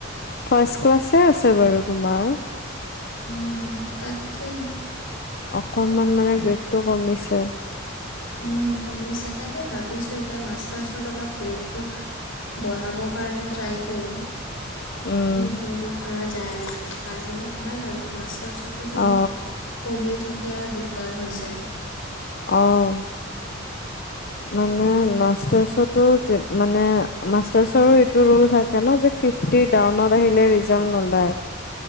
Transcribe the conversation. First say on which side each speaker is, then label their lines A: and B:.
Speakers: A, on the left; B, on the left.
A: ফা'ষ্ট ক্লাছে আছে বাৰু তোমাৰ।
B: উম তাকে।
A: অকণমান মানে গ্ৰেডটো কমিছে।
B: উম কমিছে তাকে ভাবিছো এতিয়া মাষ্টাৰ্চত অলপ গ্ৰেডটো বঢ়াব কাৰণে ট্ৰাই কৰো।
A: উম
B: কি কৰিব পৰা যায়। উম বাঢ়িলে ভাল আৰু মাষ্টাৰচ যদি
A: অ
B: কমি থাকে। কেৰিয়াৰ দিগদাৰ হৈ যায়।
A: অঁঃ মানে মাষ্টাচটো মানে মাষ্টাৰ্ছৰোএইটো ৰোল থাকে যে ফিফট্টী ডাওনত আহিলে ৰিজাল্ট নোলায়।